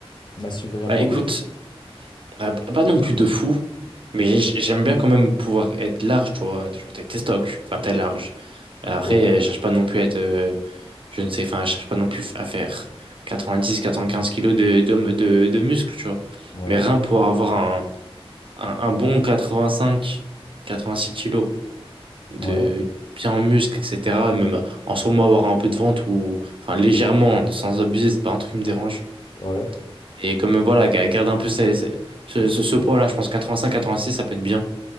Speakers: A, on the left (about 45°); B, on the right (about 60°).
A: Massif vraiment
B: Bah écoute,
A: de ouf?
B: euh, pas non plus de fou, mais j'ai- j'aime bien quand même pouvoir être large, tu vois. Genre, t'es t'es stock, enfin, t'es large. Après,
A: Ouais,
B: euh, je cherche pas non plus à être, euh, je ne sais, enfin, je cherche pas non plus à faire 90, 95 kilos de, de, de, de muscles, tu vois.
A: ouais,
B: Mais rien pour avoir un, un, un bon 85, 86 kilos de
A: ouais,
B: bien en muscles, etc. Même en sûrement avoir un peu de ventre ou, enfin, légèrement, sans abuser, c'est pas un truc qui me dérange.
A: ouais.
B: Et comme, voilà, ga- garde un peu ces- ces- ce, ce, ce poids-là, je pense 85, 86, ça peut être bien.